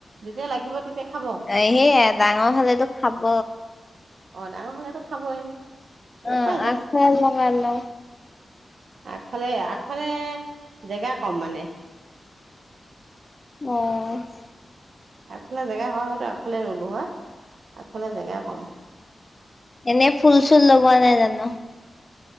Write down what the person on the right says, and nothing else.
যেতিয়া লাগিব তেতিয়া খাব
অ' ডাঙৰ হ'লেতো খাবই।
উপায় নাই
আগফালে- আগফালে জেগা কম মানে।
আগফালে জেগা হয় হয়তো আগফালে ৰুলো হয়! আগফালে জেগা কম।